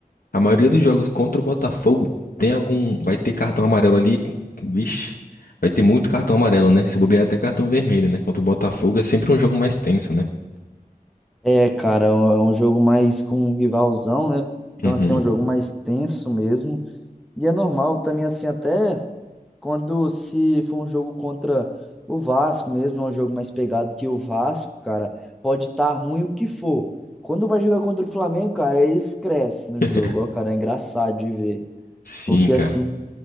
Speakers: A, on the left; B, in the centre.
A: a maioria dos jogos contra o Botafogo tem algum. Vai ter cartão amarelo ali. Vixe, vai ter muito cartão amarelo, né? Se bobear até cartão vermelho, né? Contra o Botafogo é sempre um jogo mais tenso, né?
B: É, cara, é um é um jogo mais com um rivalzão, né? Então,
A: Uhum.
B: assim, é um jogo mais tenso mesmo. E é normal também, assim, até quando se for um jogo contra o Vasco mesmo, é um jogo mais pegado que o Vasco, cara, pode estar ruim o que for. Quando vai jogar contra o Flamengo, cara, eles crescem no
A: <laughs>
B: jogo, ó, cara, é engraçado de ver.
A: Sim,
B: Porque,
A: cara.
B: assim,